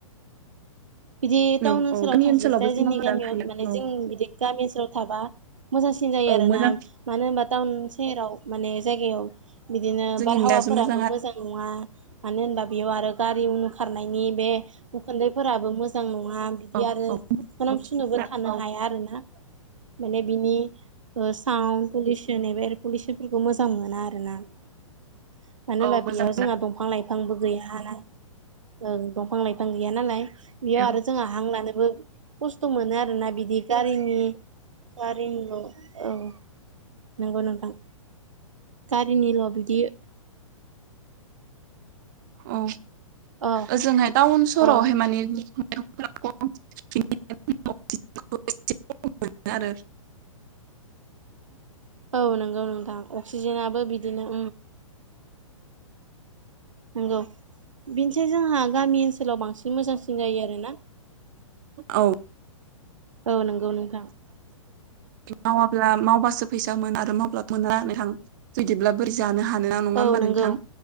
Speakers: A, on the right; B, on the right.
A: बिदि टाउन
B: औ
A: ओनसोलाव
B: औ गामि
A: थास्लायसाय
B: ओनसोलावबो जों
A: जोंनि
B: मावना
A: गामियाव
B: जानो हायो
A: माने
B: औ
A: जों बिदि गामि ओनसोलाव थाबा मोजांसि एखे जायो
B: औ
A: आरो
B: मोजां
A: ना मानो होनबा टाउन सेराव माने जायगायाव बिदिनो
B: जोंनि
A: बारहावाफोराबो
B: मियासो आरो
A: मोजां नङा मानो होनबा बेयाव आरो गारि उनु खारनायनि बे उखुन्दै फोराबो मोजां नङा बिदि
B: औ
A: आरो
B: औ
A: सानाम
B: मोजां
A: सुनोबो थानो
B: औ
A: हाया आरोना माने बिनि साउन्ड पलिउसन एब पलिउसनफोरखौ मोजां मोना आरोना मानो
B: औ
A: होनबा
B: मोजां
A: बेयाव जोंहा दं बिफां लाइफांबो गैया हाना ओं दंफां लाइफां गैया नालाय बेयाव आरो
B: औ
A: जोंहा हां लानोबो खस्थ' मोनो आरोोना बिदि गारिनि गारिनिल' औ नंगौ नोंथां गारिनिल' बिदि
B: औ
A: अ
B: ओजोंहाय टाउन सहरावहाय
A: अ
B: माने <unintelligible> मोन आरो
A: औ नंगौ नोंथां अक्सिजेनाबो बिदिनो नंगौ बेनिसै जोंहा गामि ओनसोलाव बांसिन मोजांसिन सिं जायो आरो ना
B: औ
A: औ नंगौ नोंथां
B: मावाब्ला मावबासो फैसामोन आरो मावब्लाथ' मोना होननानै थां जुदिब्ला बोरै जानो हानो ना नङा
A: औ
B: होमबा
A: नंगौ
B: नोंथां